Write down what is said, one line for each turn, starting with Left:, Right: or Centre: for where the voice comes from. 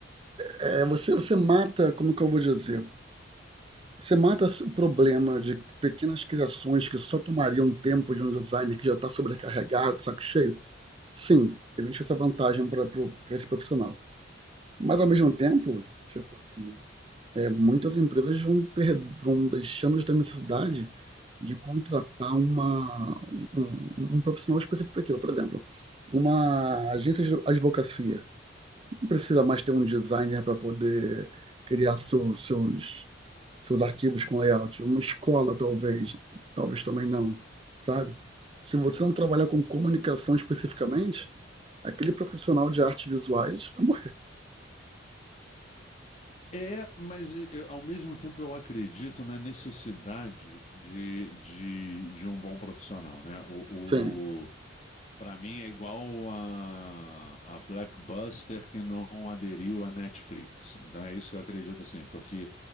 Right: É, você, você mata, como que eu vou dizer? Você mata o problema de pequenas criações que só tomariam tempo de um designer que já está sobrecarregado, saco cheio. Sim, existe essa vantagem para esse profissional. Mas ao mesmo tempo, tipo assim, É, muitas empresas vão, per- vão deixando de ter necessidade de contratar uma, um, um- um profissional específico para aquilo. Por exemplo, uma agência de advocacia não precisa mais ter um designer para poder criar seu- seus, seus arquivos com layout. Uma escola, talvez, talvez também não, sabe? Se você não trabalhar com comunicação especificamente, aquele profissional de artes visuais vai morrer.
Left: É, mas eu- ao mesmo tempo eu acredito na necessidade de, de, de um bom profissional, né? O,
Right: Sim.
Left: o- Pra mim é igual a, a Blackbuster que não aderiu à Netflix. Então é isso que eu acredito assim, porque